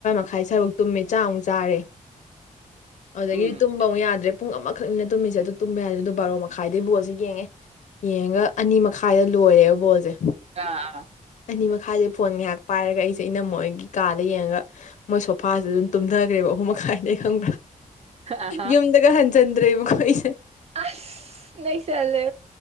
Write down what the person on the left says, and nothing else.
ꯇꯪꯈꯥꯏ ꯁꯔꯨꯛ ꯇꯨꯝꯃꯦ ꯆꯥꯛ ꯑꯃꯨꯛ ꯆꯥꯔꯦ ꯑꯗꯨꯗꯒꯤꯗꯤ
ꯇꯨꯝꯕ ꯑꯃꯨꯛ ꯌꯥꯗ꯭ꯔꯦ ꯄꯨꯡ ꯑꯃꯈꯛꯅꯤꯅ ꯇꯨꯝꯃꯤꯁꯦ ꯑꯗꯨ ꯇꯨꯝꯕ ꯌꯥꯗ꯭ꯔꯦ ꯑꯗꯣ ꯕꯥꯔꯣ ꯃꯈꯥꯏꯗ ꯕꯣꯜꯁꯦ ꯌꯦꯡꯉꯦ ꯌꯦꯡꯉꯒ ꯑꯅꯤ ꯃꯈꯥꯏꯗ ꯂꯣꯏꯔꯦꯕ ꯕꯣꯜꯁꯦ
ꯑꯅꯤ ꯃꯈꯥꯏꯁꯦ ꯐꯣꯟ ꯉꯥꯏꯍꯥꯛ ꯄꯥꯏꯔꯒ ꯑꯩꯁꯦ ꯑꯩꯅꯃ ꯑꯩꯒꯤ ꯀꯥꯗ ꯌꯦꯡꯉꯒ ꯃꯣꯏ ꯁꯣꯐꯥꯁꯨ ꯑꯗꯨꯝ ꯇꯨꯝꯊꯈ꯭ꯔꯦꯕ ꯑꯍꯨꯝ ꯃꯈꯥꯏꯗꯩ ꯈꯪꯕ꯭ꯔꯥ
ꯌꯨꯝꯗꯒ ꯍꯟ ꯆꯟꯗ꯭ꯔꯦꯕ ꯃꯈꯣꯏ